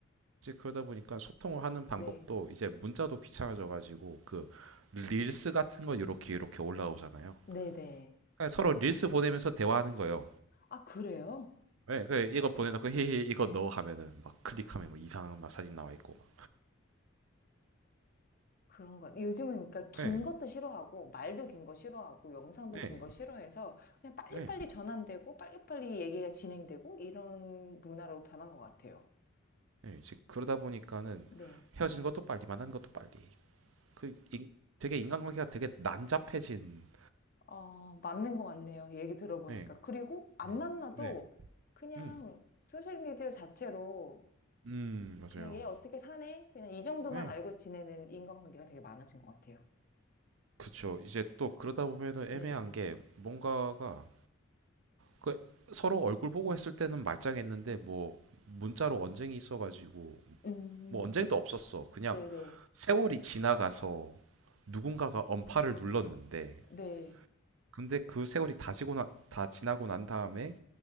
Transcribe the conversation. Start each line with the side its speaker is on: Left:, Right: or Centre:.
Right: 이제 그러다 보니까 소통을 하는 방법도
Left: 네.
Right: 이제 문자도 귀찮아져가지고 그 릴스 같은 거 이렇게 이렇게 올라오잖아요.
Left: 네네.
Right: 그러니까 서로 릴스 보내면서 대화하는 거예요.
Left: 아, 그래요?
Right: 예, 네, 그 이거 보내놓고 히히 이거 넣어 하면은 막 클릭하면 뭐 이상한 막 사진 나와 있고 막.
Left: 그런 것요 요즘은 그러니까 긴
Right: 예,
Left: 것도 싫어하고, 말도 긴 거 싫어하고, 영상도
Right: 예,
Left: 긴 거 싫어해서, 그냥 빨리빨리
Right: 예,
Left: 전환되고, 빨리빨리 얘기가 진행되고, 이런 문화로 변한 것 같아요.
Right: 예. 이제 그러다 보니까는
Left: 네.
Right: 헤어진 것도 빨리 만난 것도 빨리. 그 인- 되게 인간관계가 되게 난잡해진.
Left: 어, 맞는 것 같네요. 얘기 들어보니까.
Right: 네, 네,
Left: 그리고 안
Right: 네.
Left: 만나도
Right: 네,
Left: 그냥
Right: 음,
Left: 소셜미디어 자체로
Right: 음, 맞아요.
Left: 그냥 얘 어떻게 사네? 그냥 이 정도만
Right: 네.
Left: 알고 지내는 인간관계가 되게 많아진 것 같아요.
Right: 그쵸. 이제 또 그러다 보면은
Left: 네.
Right: 애매한 게 뭔가가 그 서로 얼굴 보고 했을 때는 말짱했는데 뭐 문자로 언쟁이 있어가지고
Left: 음,
Right: 뭐 언쟁도 없었어. 그냥
Left: 네네.
Right: 세월이 지나가서 누군가가 언팔을 눌렀는데
Left: 네.
Right: 근데 그 세월이 다 지고 나, 다 지나고 난 다음에